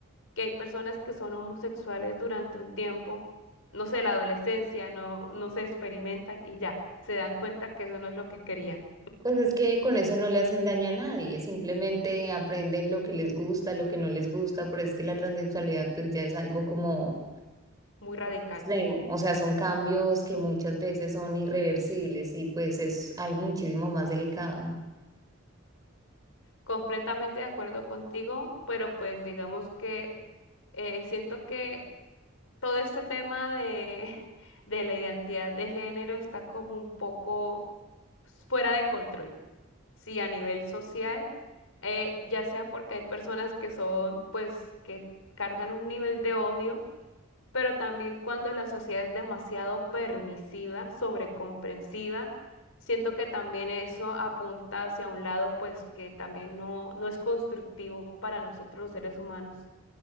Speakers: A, on the left; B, on the right.
A: que hay personas que son homosexuales durante un tiempo, no sé, la adolescencia, no, no se experimentan y ya, se dan cuenta que eso no es lo que querían.
B: Pues es que con eso no le hacen daño a nadie, simplemente aprenden lo que les gusta, lo que no les gusta, pero es que la transexualidad pues ya es algo como
A: Muy radical.
B: extremo, o sea, son cambios que muchas veces son irreversibles y pues es algo muchísimo más delicado.
A: Completamente de acuerdo contigo, pero pues digamos que eh, siento que todo este tema de, <laughs> de la identidad de género está como un poco fuera de control. Sí, a nivel social, eh, ya sea porque hay personas que son, pues, que cargan un nivel de odio pero también cuando la sociedad es demasiado permisiva, sobrecomprensiva, siento que también eso apunta hacia un lado, pues que también no, no es constructivo para nosotros los seres humanos.